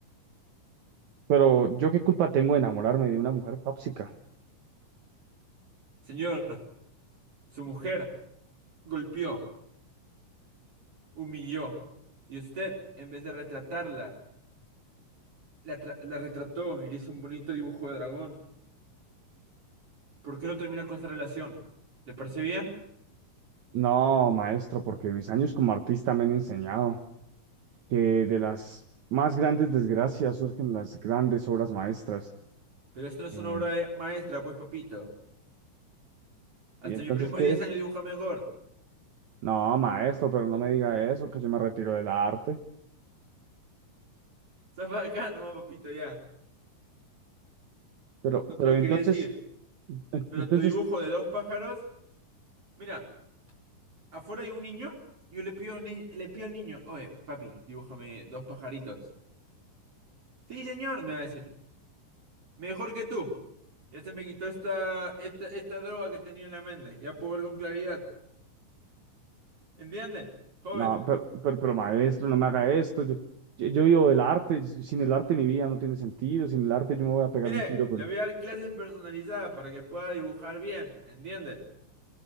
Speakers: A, on the right (about 65°); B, on the right (about 45°).
A: Pero yo qué culpa tengo de enamorarme de una mujer tóxica.
B: Señor, su mujer golpeó, humilló. Y usted, en vez de retratarla, la, tra- la retrató y le hizo un bonito dibujo de dragón. ¿Por qué no termina con esta relación? ¿Le parece bien?
A: No, maestro, porque mis años como artista me han enseñado que de las más grandes desgracias surgen las grandes obras maestras.
B: Pero esto no es
A: Eh,
B: una obra de- maestra, pues, papito. Hasta
A: ¿y entonces
B: mi primo
A: qué
B: de 10
A: es?
B: años dibuja mejor.
A: No, maestro, pero no me diga eso, que yo me retiro del arte.
B: Zafa de acá nomás, papito, ya.
A: Pero,
B: No
A: pero
B: te lo
A: entonces,
B: quería decir.
A: En-
B: Pero
A: Entonces,
B: tu dibujo de dos pájaros. Mira, afuera hay un niño. Yo le pido, al ni- le pido al niño, oye, papi, dibújame dos pajaritos. Sí, señor, me va a decir. Mejor que tú. Ya se me quitó esta, esta, esta droga que tenía en la mente. Ya puedo ver con claridad. ¿Entiende? Joven.
A: no, pero, pero, pero maestro, no me haga esto. Yo, yo, yo vivo del arte. Sin el arte mi vida no tiene sentido. Sin el arte yo me voy a pegar
B: Mire,
A: un tiro con...
B: le voy a dar clases personalizadas para que pueda dibujar bien, ¿entiende?